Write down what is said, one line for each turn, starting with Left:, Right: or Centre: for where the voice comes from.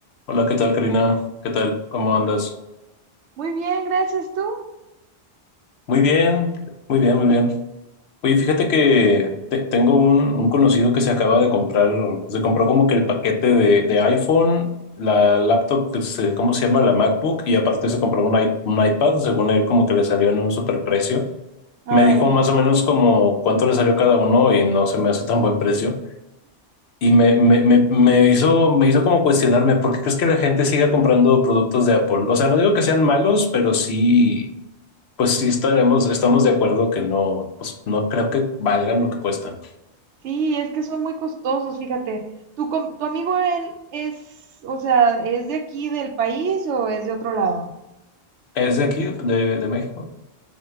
Left: Hola, ¿qué tal, Karina? ¿Qué tal? ¿Cómo andas?
Right: Muy bien, gracias tú.
Left: Muy bien, muy bien, muy bien. Oye, fíjate que te- tengo un, un conocido que se acaba de comprar, se compró como que el paquete de, de iPhone, la laptop, que se- ¿cómo se llama? La MacBook, y aparte se compró un, i- un iPad, según él, como que le salió en un superprecio.
Right: Ay,
Left: Me dijo
Right: ay,
Left: más
Right: ay.
Left: o menos como cuánto le salió cada uno y no se me hace tan buen precio. y me, me, me, me hizo, me hizo como cuestionarme, ¿por qué crees que la gente siga comprando productos de Apple? O sea, no digo que sean malos, pero sí, pues sí estaremos, estamos de acuerdo que no, pues no creo que valgan lo que cuestan.
Right: Sí, es que son muy costosos, fíjate. ¿Tu, com- tu amigo él es, o sea, es de aquí del país o es de otro lado?
Left: ¿Es de aquí, de, de México?